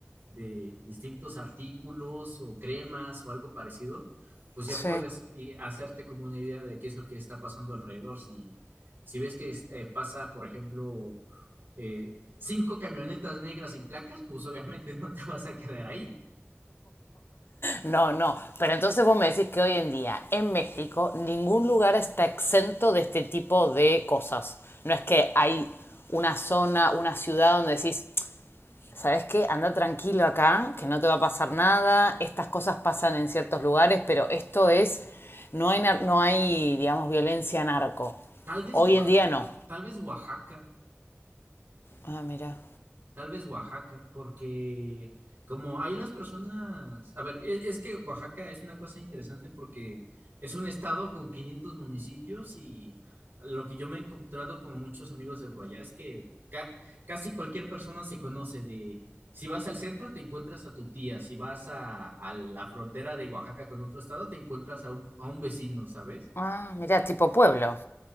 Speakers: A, on the right; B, on the left.
A: de distintos artículos o cremas o algo parecido pues ya
B: Sí.
A: puedes eh, hacerte como una idea de qué es lo que está pasando alrededor. Si, si ves que eh, pasa, por ejemplo, eh, cinco camionetas negras sin placas, pues obviamente <laughs> no te vas a quedar ahí.
B: No, no, pero entonces vos me decís que hoy en día en México ningún lugar está exento de este tipo de cosas. No es que hay una zona, una ciudad donde decís, ¿Sabes qué? Anda tranquilo acá, que no te va a pasar nada. Estas cosas pasan en ciertos lugares, pero esto es. No hay, no hay digamos, violencia narco.
A: Tal vez
B: Hoy
A: Oaxaca,
B: en día no.
A: tal vez Oaxaca
B: Ah, mira.
A: Tal vez Oaxaca, porque como ahí las personas, a ver, e- es, que Oaxaca es una cosa interesante porque es un estado con 500 municipios y lo que yo me he encontrado con muchos amigos de por allá es que ca- casi cualquier persona se conoce de, si vas al centro te encuentras a tu tía, si vas a, a la frontera de Oaxaca con otro estado te encuentras a un, a un vecino, ¿sabes?
B: Ah, mira, tipo pueblo.